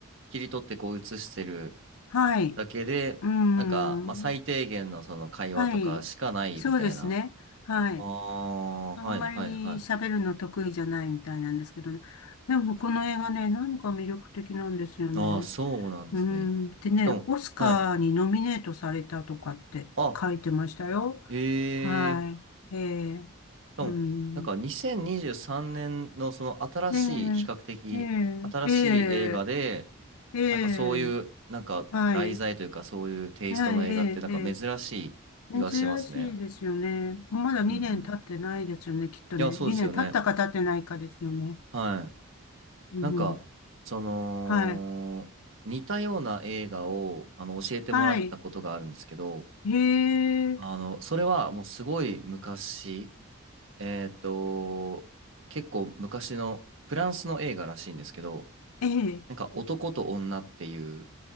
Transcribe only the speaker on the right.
切り取って、こう、映してる
だけで、
なんか、まあ、最低限のその会話とかしかないみたいな。
ああ、
はいはいはい。
ああ、そうなんですね。
しかも、
はい。あ、ええ
かも、
なんか2023年のその新しい、
比較的新しい映画で、
なんかそういう、なんか題材というかそういうテイストの映画ってなんか珍しい気がしますね。
うんうん。
いや、そうですよね。
はい。
なんか、その、
似たような映画をあの教えてもらったことがあるんですけど、
あの、それはもうすごい昔、えっと、結構昔のフランスの映画らしいんですけど、
なんか男と女っていう、